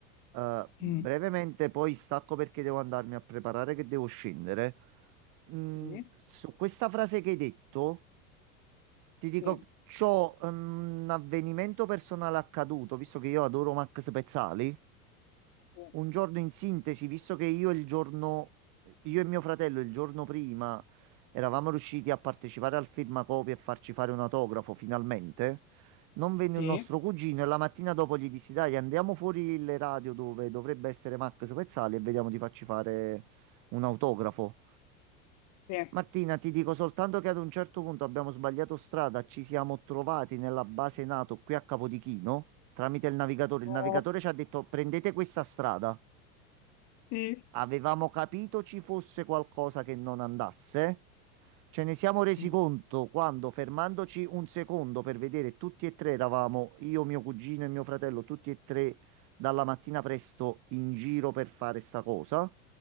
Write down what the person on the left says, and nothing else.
mm.
Sì,
sì,
sì,
sì,
sì,
Oh,
sì,
sì,